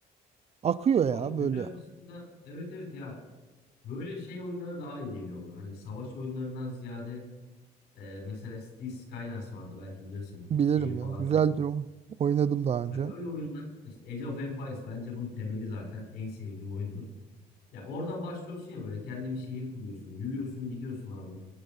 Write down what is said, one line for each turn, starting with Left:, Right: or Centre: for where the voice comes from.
Right: Akıyor ya
Left: Valla güzel
Right: böyle.
Left: aslında. Evet evet ya böyle şey oyunları daha iyi geliyor bana. Hani savaş oyunlarından ziyade e, mesela Cities Skylines vardı belki bilirsin.
Right: Bilirim
Left: Şehir falan
Right: ya. Güzeldir
Left: kuruyorlar.
Right: o. Oynadım daha önce.
Left: Ha, öyle oyunlar mesela Age of Empires bence bunun temeli zaten en sevdiğim oyundur. Ya oradan başlıyorsun ya böyle kendi bir şehir kuruyorsun. Yürüyorsun gidiyorsun abi.